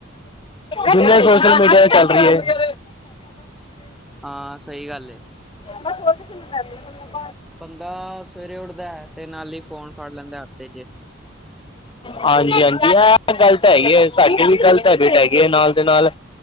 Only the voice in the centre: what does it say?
ਹਾਂ ਸਹੀ ਗੱਲ
ਬੰਦਾ ਸਵੇਰੇ ਉੱਠਦਾ ਹੈਂ ।ਤੇ ਨਾਲ਼ ਹੀ ਫ਼ੋਨ ਫ਼ੜ ਲੈਂਦਾ ਹੱਥ ਵਿੱਚ।